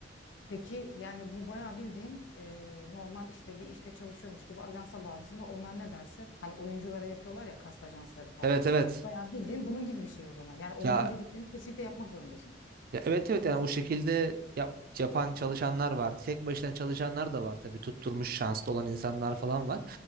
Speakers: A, on the left; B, on the right.
A: Peki yani bu bayağı bildiğin e, normal işte bir işte çalışıyormuş gibi ajansa bağlısın ve onlar ne derse hani oyunculara yapıyorlar ya kast ajansları falan.
B: Evet evet.
A: Bayağı bildiğin bunun gibi bir şey o zaman. Yani onların
B: Ya
A: dediklerini kesinlikle yapmak zorundasın.
B: Ya evet evet yani o şekilde yap, yapan çalışanlar var. Tek başına çalışanlar da var tabii. Tutturmuş şanslı olan insanlar falan var.